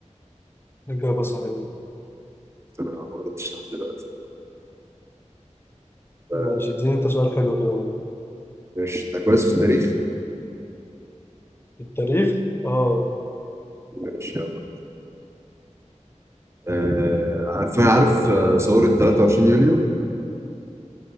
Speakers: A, on the left; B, on the right.
A: إجابة صحيحة
B: أنا ما غلطتش لحد دلوقتي آه،
A: ماشي اديني انت سؤال حلو كده بقى.
B: ماشي أنت كويس في التاريخ؟
A: التاريخ اه
B: ماشي يلا أه عارف عارف آه، ثورة 23 يوليو